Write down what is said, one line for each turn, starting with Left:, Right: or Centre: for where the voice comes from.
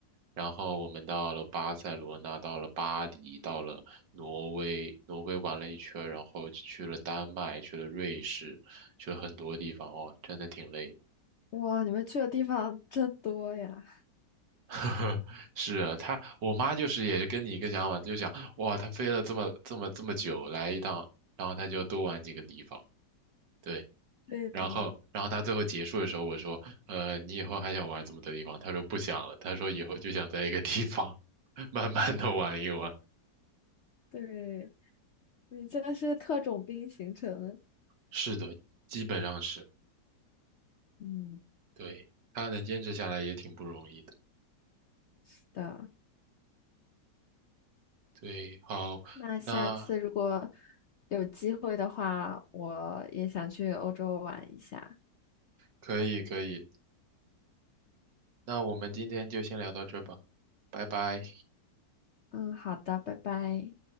Right: 然后我们到了巴塞罗那，到了巴黎，到了挪威，挪威玩了一圈儿然后去了丹麦，去了瑞士，去了很多地方，哇，真的挺累的。
Left: 哇，你们去的地方真多呀！
Right: <laughs> 是啊，她我妈就是也是跟你一个想法，就想哇，她飞了这么这么这么久来一趟，然后她就多玩几个地方，对。
Left: 对的，
Right: 然后，然后他最后结束的时候，我说，呃，你以后还想玩这么多地方？他说不想了，他说以后就想在一个地方 <laughs> 慢慢的玩一玩。
Left: 对。你这是特种兵行程。
Right: 是的，基本上是，
Left: 嗯，
Right: 对，他能坚持下来也挺不容易的。
Left: 是的。
Right: 对，好，
Left: 那下次如果
Right: 那
Left: 有机会的话，我也想去欧洲玩一下。
Right: 可以可以，那我们今天就先聊到这吧，拜拜。
Left: 嗯，好的，拜拜。